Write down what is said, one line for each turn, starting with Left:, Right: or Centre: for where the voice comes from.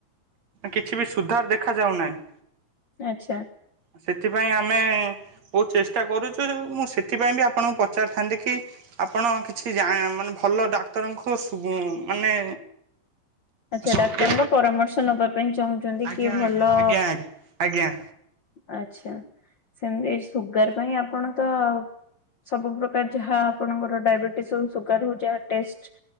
Right: କିଛିବି ସୁଧାର ଦେଖା ଯାଉ ନାହିଁ।
Left: ଆଚ୍ଛା।
Right: ସେଥିପାଇଁ ଆମେ ବହୁତ୍ ଚେଷ୍ଟା କରୁଚୁ ମୁଁ ସେଥିପାଇଁବି ଆପଣଙ୍କୁ ପଚାରିଥାନ୍ତି କି ଆପଣ କିଛି ଜା ମାନେ ଭଲ ଡାକ୍ତରଙ୍କୁ ସୁ ମାନେ
Left: ଆଚ୍ଛା
Right: ସର୍ଭେ
Left: ଡାକ୍ତରଙ୍କ ପରାମର୍ଶ ନବା ପାଇଁ ଚାହୁଁଛନ୍ତି
Right: ଆଜ୍ଞା
Left: କିଏ ଭଲ
Right: ଆଜ୍ଞା ଆଜ୍ଞା ଆଜ୍ଞା।
Left: ଆଚ୍ଛା ସେମିତି ସୁଗାର ପାଇଁ ଆପଣ ତ ସବୁ ପ୍ରକାର ଯାହା ଆପଣଙ୍କର ଡାଇବେଟିସ ହଉ ସୁଗାର ହଉ ଟେଷ୍ଟ